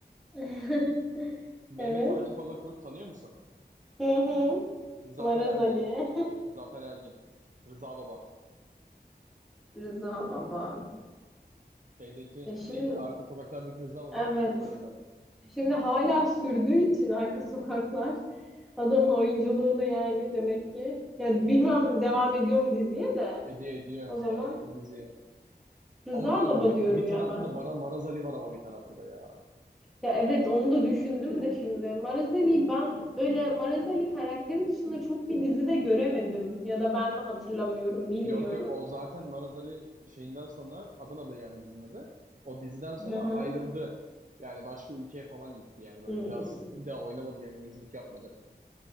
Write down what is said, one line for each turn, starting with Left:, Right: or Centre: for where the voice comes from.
Centre: <laughs>
Right: Mehmet
Centre: Evet.
Right: Akif Alakurt tanıyor musun?
Centre: Hı hı.
Right: Zafer
Centre: Maraz
Right: Ergin.
Centre: Ali.
Right: Zafer Ergin. Rıza Baba.
Centre: <laughs> Rıza Baba.
Right: Şeydeki
Centre: Ya şimdi
Right: neydi? Arka sokaklardaki Rıza Baba.
Centre: evet.
Right: Bir de Maraz Ali.
Centre: Şimdi hala sürdüğü için arka sokaklar adamın oyunculuğunu yani demek ki. Ya bilmem devam ediyor mu diziye de
Right: Ediyor ediyor.
Centre: o zaman
Right: Devam edelim
Centre: Rıza
Right: Ama kanka
Centre: Baba
Right: bir,
Centre: diyorum
Right: bir
Centre: ya
Right: tarafta
Centre: ben.
Right: da Mara, Maraz Ali var ama bir tarafta da ya.
Centre: Ya evet onu da düşündüm de şimdi. Maraz Ali'yi ben böyle Maraz Ali karakteri dışında çok bir dizide göremedim. Ya da ben mi hatırlamıyorum bilmiyorum.
Right: Yok yok o zaten Maraz Ali şeyinden sonra Adanalı yani dizinin adı. O diziden sonra
Centre: Hı hı.
Right: ayrıldı. Yani başka ülkeye falan gitti yani böyle
Centre: Hmm.
Right: bir daha bir daha oynamadı yani oyunculuk yapmadı.